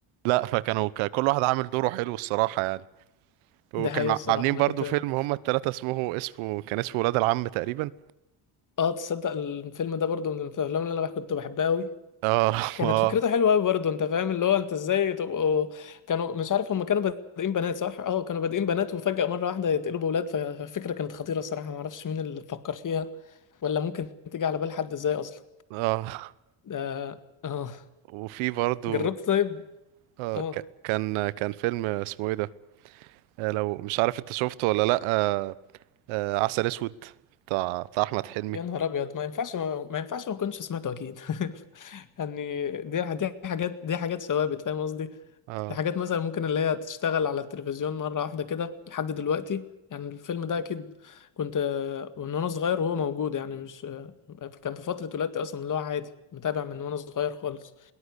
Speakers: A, on the right; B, on the left.
A: لا فكانوا ك- كل واحد عامل دوره حلو الصراحه يعني وكانوا
B: ده حقيقي الصراحة
A: عاملين
B: أنا
A: برضو
B: كنت
A: فيلم هما التلاتة اسمه اسمه كان اسمه ولاد العم تقريبا
B: اه تصدق الفيلم ده برضو من الأفلام اللي أنا كنت بحبها أوي
A: اه
B: كانت
A: اه
B: فكرته حلوه قوي برضه انت فاهم اللي هو انت ازاي تبقوا كانوا مش عارف هم كانوا بادئين بنات صح اه كانوا بادئين بنات وفجأة مره واحده يتقلبوا بولاد فالفكره كانت خطيره الصراحه ما اعرفش مين اللي فكر فيها ولا ممكن تيجي على بال حد ازاي اصلا
A: اه
B: ده اه
A: وفي برضو
B: جربت طيب
A: آه
B: اه
A: ك- كان كان فيلم اسمه ايه ده آه لو مش عارف انت شفته ولا لا آه آه عسل اسود بتاع بتاع احمد حلمي
B: يا نهار ابيض ما ينفعش ما, ما ينفعش ما كنتش سمعته اكيد <laughs> يعني دي دي حاجات دي حاجات ثوابت فاهم قصدي
A: اه
B: دي حاجات مثلا ممكن اللي هي تشتغل على التلفزيون مرة واحدة كده لحد دلوقتي يعني الفيلم ده أكيد كنت آه، وإن أنا صغير وهو موجود يعني مش آه، كان في فترة ولادتي أصلا اللي هو عادي متابع من وأنا صغير خالص